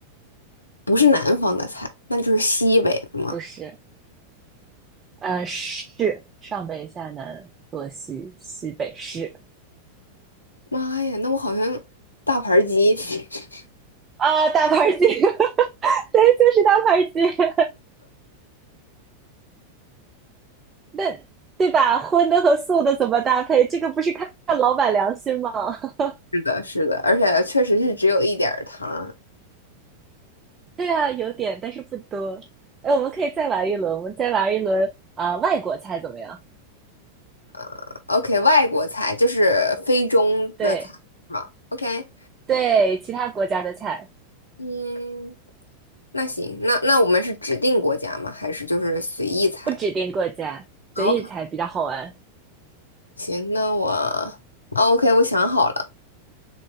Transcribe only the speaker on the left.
不是南方的菜，那就是西北的吗？
妈呀，那我好像大盘鸡。<laughs>
是的，是的，而且确实是只有一点儿糖儿。
呃 OK，外国菜就是非中的菜是吗？OK，
嗯，那行，那那我们是指定国家吗？还是就是随意猜
？OK，行，那我啊 OK，我想好了，